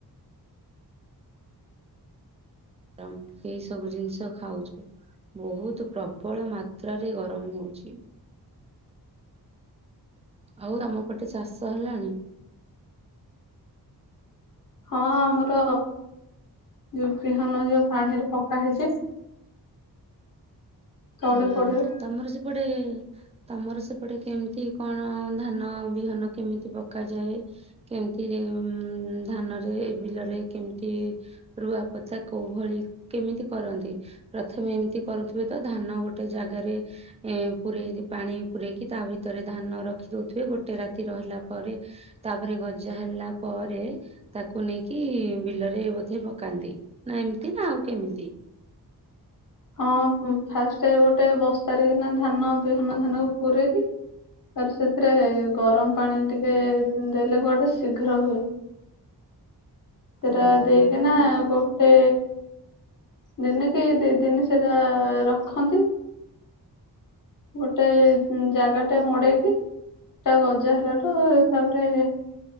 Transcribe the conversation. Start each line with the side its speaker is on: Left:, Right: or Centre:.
Right: ଏଇ ସବୁ ଜିନିଷ ଖାଉଛୁ। ବହୁତ ପ୍ରବଳ ମାତ୍ରାରେ ଗରମ ହଉଛି। ଆଉ ତମ ପଟେ ଚାଷ ହେଲାଣି?
Left: ହଁ ଆମର ଯୋଉ ବିହନ ଯୋଉ ପାଣିରେ ପକା ହେଇଛି। ତଳି
Right: ହୁଁ
Left: ପଡିବ
Right: ତମର ସେପଟେ ତମର ସେପଟେ କେମିତି କଣ ଧାନ ବିହନ କେମିତି ପକାଯାଏ? କେମିତି ଧାନରେ ବିଲରେ କେମିତି ରୁଆ ପୋତା କୋଉ ଭଳି କେମିତି କରନ୍ତି ପ୍ରଥମେ ଏମିତି କରୁଥିବେ ତ ଧାନ ଗୋଟେ ଜାଗାରେ ଏ ପୂରେଇ ପାଣି ପୂରେଇକି ତା ଭିତରେ ଧାନ ରଖି ଦଉଥିବେ ଗୋଟେ ରାତି ରହିଲା ପରେ ତାପରେ ଗଜା ହେଲା ପରେ। ତାକୁ ନେଇକି ବିଲରେ ବୋଧେ ପକାନ୍ତି ନା ଏମିତି ନା ଆଉ କେମିତି?
Left: ହଁ ଫାଷ୍ଟ ଗୋଟେ ବସ୍ତାରେ କିନା ଧାନ ବିହନ ଧାନ ପୁରେଇକି ଆ ସେଥିରେ ଗରମ ପାଣି ଟିକେ ଦେଲେ କୁଆଡେ ଶୀଘ୍ର ହୁଏ। ସେଟା
Right: ଓହୋ
Left: ଦେଇକିନା
Right: ଆ
Left: ଗୋଟେ ଦିନେ କି ଦି ଦିନି ସେଟା ରଖନ୍ତି। ଗୋଟେ ଜାଗା ଟେ ମଡେଇକି ସେଟା ଗଜା ହେଲାଠୁ ତାପରେ